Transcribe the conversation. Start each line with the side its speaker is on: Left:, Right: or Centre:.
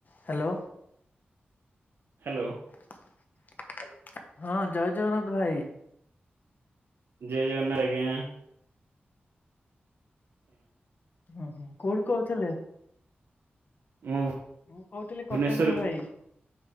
Left: Hello.
Right: Hello.
Left: <inaudible> ହଁ, ଜୟ ଜଗନ୍ନାଥ ଭାଇ।
Right: ଜୟ ଜଗନ୍ନାଥ, ଆଜ୍ଞା।
Left: ହୁଁ ହୁଁ କୋଉଠୁ କହୁଥିଲେ?
Right: ମୁଁ
Left: ମୁଁ କହୁଥିଲି
Right: ଭୁବନେଶ୍ଵର
Left: କଟକରୁ ଭାଇ।